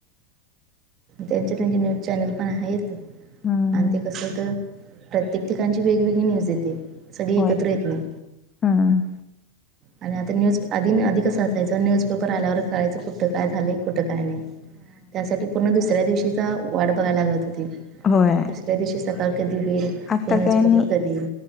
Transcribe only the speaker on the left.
हम्म
होय
हम्म
होय
आता
काय नाही